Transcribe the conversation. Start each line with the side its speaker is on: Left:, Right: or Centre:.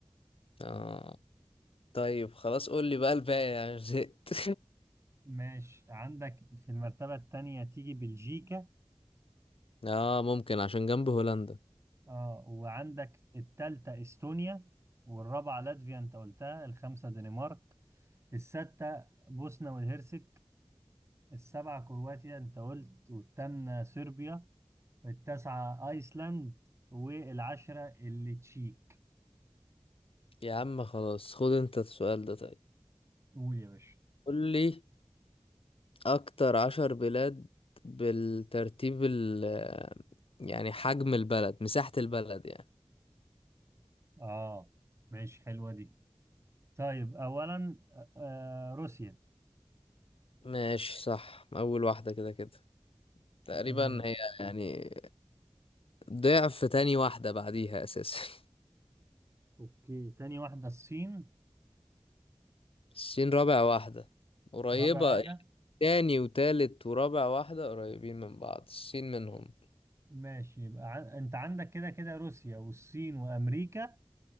Left: آه طيب خلاص قول لي بقى الباقي يعني زهقت <laughs>
Right: ماشي عندك في المرتبة التانية تيجي بلجيكا
Left: اه ممكن عشان جنب هولندا
Right: اه وعندك التالتة استونيا والرابعة لاتفيا انت قلتها الخامسة دنمارك الستة بوسنة والهرسك السبعة كرواتيا انت قلت والثامنة صربيا التاسعة ايسلاند والعشرة اللي تشيك
Left: يا عم خلاص خد انت السؤال ده طيب
Right: قول يا باشا
Left: قول لي اكتر عشر بلاد بالترتيب ال يعني حجم البلد مساحة البلد يعني
Right: اه ماشي حلوة دي طيب اولا آه آه، روسيا
Left: ماشي صح اول واحدة كده كده تقريبا
Right: تمام
Left: هي يعني ضعف تاني واحدة بعديها اساسا <laughs>
Right: اوكي تاني واحدة الصين
Left: الصين رابع واحدة قريبة
Right: رابع واحدة
Left: تاني وتالت ورابع واحدة قريبين من بعض الصين منهم
Right: ماشي يبقى ع... انت عندك كده كده روسيا والصين وامريكا